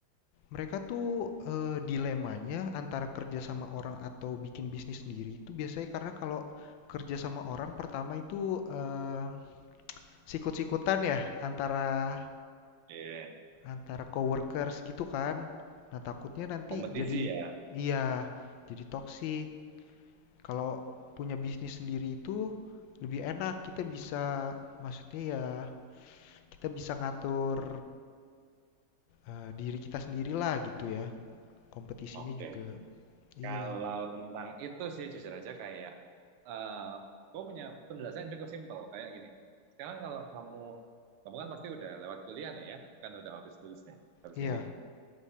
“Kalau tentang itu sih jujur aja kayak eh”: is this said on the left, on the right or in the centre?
Right